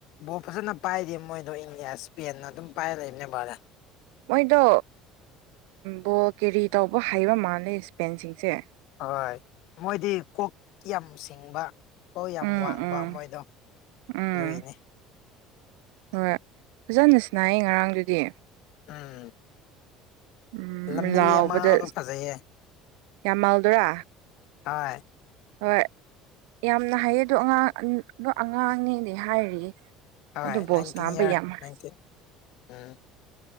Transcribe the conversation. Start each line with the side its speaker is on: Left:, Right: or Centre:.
Left: ꯕꯣꯜ ꯐꯖꯅ ꯄꯥꯏꯗꯦ ꯃꯣꯏꯗꯣ ꯏꯪꯂꯤꯌꯥ ꯏꯁꯄꯦꯟ ꯑꯗꯨꯝ ꯄꯥꯏꯔ ꯂꯩꯕꯅꯦ ꯚꯔꯦ
Right: ꯃꯣꯏꯗꯣ ꯕꯣꯜ ꯀꯦꯔꯤ ꯇꯧꯕ ꯍꯩꯕ ꯃꯥꯜꯂꯦ ꯁ꯭ꯄꯦꯟꯁꯤꯡꯁꯦ
Left: ꯍꯣꯏ ꯃꯣꯏꯗꯤ ꯀꯣꯛ ꯌꯥꯝ ꯁꯤꯡꯕ ꯀꯣ ꯌꯥꯝ
Right: ꯎꯝ
Left: ꯋꯥꯡꯕ
Right: ꯎꯝ
Left: ꯃꯣꯏꯗꯣ
Right: ꯎꯝ
Left: ꯗꯨꯏꯅꯤ
Right: ꯍꯣꯏ ꯐꯖꯅ ꯁꯅꯥꯏꯌꯦ ꯉꯔꯥꯡꯗꯨꯗꯤ
Left: ꯎꯝ
Right: ꯎꯝ
Left: ꯂꯝꯃꯤꯜ
Right: ꯂꯥꯎꯕꯗ
Left: ꯌꯥꯃꯥꯜꯗꯣ ꯐꯖꯩꯌꯦ
Right: ꯌꯥꯃꯥꯜꯗꯨꯔ
Left: ꯍꫭꯏ
Right: ꯍꯣꯏ ꯌꯥꯝꯅ ꯍꯩꯌꯦ ꯑꯗꯣ ꯑꯉꯥꯡ ꯑꯗꯣ ꯑꯉꯥꯡꯅꯦꯗꯤ ꯍꯥꯏꯔꯤꯌꯦ
Left: ꯍꯣꯏ
Right: ꯑꯗꯨ ꯕꯣꯜ
Left: ꯅꯥꯏꯟꯇꯤꯟ
Right: ꯁꯥꯅꯕ
Left: ꯏꯌꯥꯔ
Right: ꯌꯥꯝ ꯑꫭ
Left: ꯅꯥꯏꯟꯇꯤꯟ ꯎꯝ